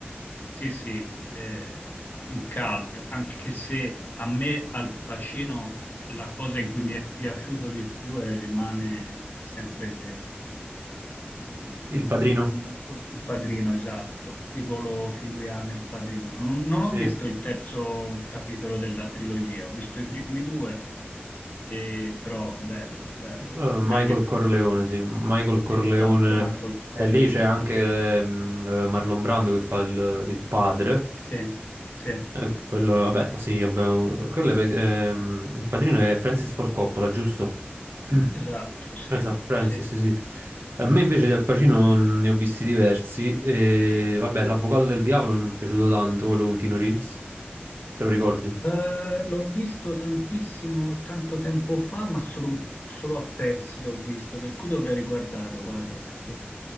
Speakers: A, on the left; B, on the right.
A: sì, sì, eh, un cult, anche se a me Al Pacino la cosa in cui mi è piaciuto di più è- rimane sempre eh,
B: Il Padrino?
A: come- co- il padrino, esatto, il ruolo
B: Sì.
A: che lui ha nel padrino. Non, non
B: Sì.
A: ho visto il terzo capitolo della trilogia, ho visto i primi due, e- però bello, bello,
B: Eh,
A: grande
B: Michael
A: performance.
B: Corleone, sì, Michael Corleone,
A: Esatto, Michael Corleone.
B: e lì c'è anche mm, eh, Marlon Brando che fa il, il padre.
A: Sì, sì.
B: Eh, quello, vabbè, sì, vabbè, quello è pe- ehm, il padrino è Francis Ford Coppola, giusto? <clears throat>
A: Esatto, sì,
B: Esatto, Francis,
A: sì.
B: sì. A me invece di Al Pacino mm, ne ho visti diversi. E, vabbè, L'Avvocato del Diavolo mi è piaciuto tanto, quello con Keanu Reeves. Te lo ricordi?
A: Eh, l'ho visto tantissimo, tanto tempo fa, ma solo, un- solo a pezzi l'ho visto, per cui dovrei riguardarlo, guarda, perché